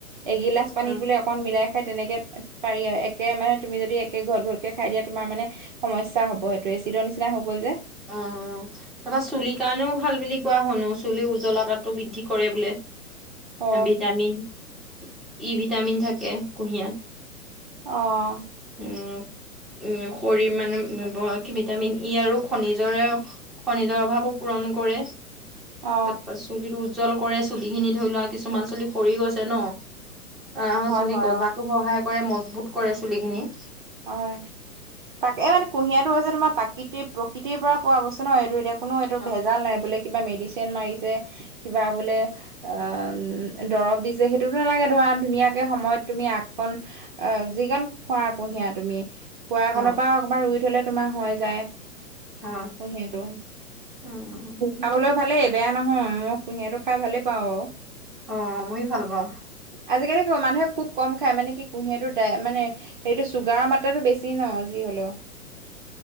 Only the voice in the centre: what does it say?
অ'।
অ'। তোমাৰ চুলিৰ কাৰণেও ভাল বুলি কোৱা শুনো। চুলিৰ উজ্জ্বলতাটো বৃদ্ধি কৰে বোলে।
ভিটামিন- ই ভিটামিন থাকে কুঁহিয়াত।
উম। উম শৰি- মানে ভ- কি ভিটামিন ই আৰু খনিজৰে- খনিজৰ অভাৱো পূৰণ কৰে।
তাৰ পাছ চুলিটো উজ্জ্বল কৰে, চুলিখিনি ধৰি লোৱা, কিছুমান চুলি সৰি গৈছে ন'। অ'
চুলি
গজাতো
সহায় কৰে, মজবুত কৰে চুলিখিনি।
অ
অ
হয়
উম
অ' মই ভাল পাওঁ।